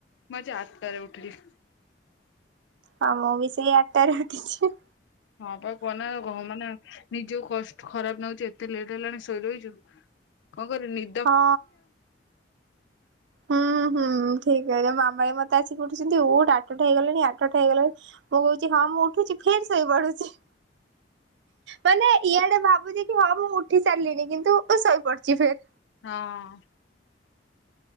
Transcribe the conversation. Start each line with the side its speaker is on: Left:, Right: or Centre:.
Left: ମୁଁ ଆଜି ଆଟଟାରେ ଉଠିଲି।
Right: ହଁ ମୁଁ ବି ସେଇ ଆଟଟାରେ ଉଠିଛି।
Left: ହଁ ପା କୁହନା ମାନେ ନିଜକୁ କଷ୍ଟ ଖରାପ ନାଗୁଛି, ଏତେ ଲେଟ୍ ହେଲାଣି ଶୋଇ ରହିଛୁ। କଁ କରିବୁ ନି
Right: ହଁ। ହୁଁ ହୁଁ ଠିକ କହିଛ, ମାମା ବି ମତେ ଆସିକି କହୁଛନ୍ତି ଉଠ ଆଠଟା ହେଇଗଲାଣି ଆଠଟା ହେଇଗଲାଣି। ମୁଁ କହୁଛି ହଁ ମୁଁ ଉଠୁଛି ଫେରେ ଶୋଇ ପଡୁଛି। ମାନେ ଇଆଡେ ଭାବୁଛି କି ହଁ ମୁଁ ଉଠି ସାରିଲିଣି କିନ୍ତୁ ଶୋଇପଡୁଛି ଫେରେ।
Left: ହଁ।